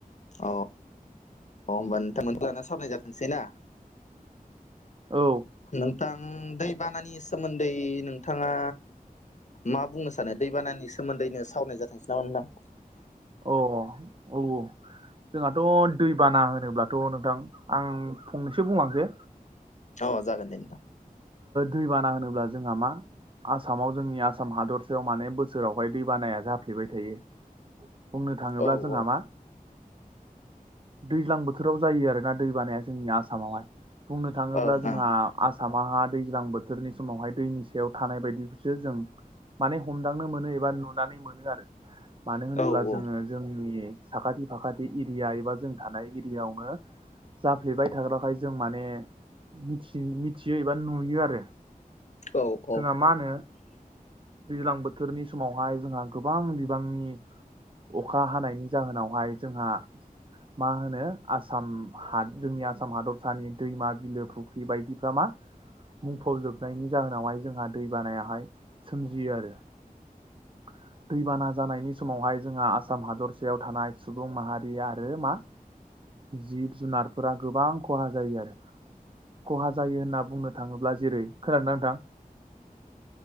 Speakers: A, on the left; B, on the right.
A: औ होमबा नोंथांमोनखौ लाना सावनाय जाथोंसै ना?
B: औ।
A: नोंथां दैबानानि सोमोन्दै नोंथाङा मा बुंनो सानो दैबानानि सोमोन्दैनो सावरायनाय जाथोंसै नामा नोंथां?
B: अ औ जोंहाथ' दैबाना होनोब्लाथ' नोंथां आं। फंनैसो बुंलांसै
A: औ जागोन दे नोंथां।
B: दै बाना होनोब्ला जोंहा मा आसामाव जोंनि आसाम हादरसायाव माने बोसोरावहाय दै बानाया जाफ्लेबाय थायो। बुंनो थाङोब्ला
A: औ
B: जोंहा
A: औ
B: मा दैज्लां बोथोराव जायो आरोना दै बानाया जोंनि आसामावहाय बुंनो थाङोब्ला
A: ओं ओं औ
B: जोंहा आसाम। मा दैज्लां बोथोरनि समावहाय दैनि सायाव थानाय बायदिखौसो जों माने हमदांनो मोनो एबा नुनानै मोनो आरो मानो होनोब्ला
A: औ
B: जोङो। जोंनि साखाथि फाखाथि एरिया एबा जों थानाय एरियाायावनो। जाफ्लेबाय थाग्राखाय जों माने मिथि मिथियो एबा नुयो आरो
A: औ
B: जोंहा
A: औ
B: मा होनो? दैज्लां बोथोरनि समावहाय जोंहा गोबां बिबांनि अखा हानायनि जाहोनावहाय जोंहा मा होनो आसाम हा जोंनि आसाम हादरसानि दैमा बिलो फुख्रि बायदि प्र्रामा मुंफब जोबनायनि जाहोनावहाय जोंहा दै बानायाहाय सोमजियो आरो। <inaudible> दैबाना जानायनि समावहाय जोंहा आसाम हादरसेायाव थानाय सुबुं माहारि आरो मा जिब जुनारफोरा गोबां खहा जायो आरो खहा जायो होनना बुंनो थाङोब्ला जेरै खोनादोंना नोंथां?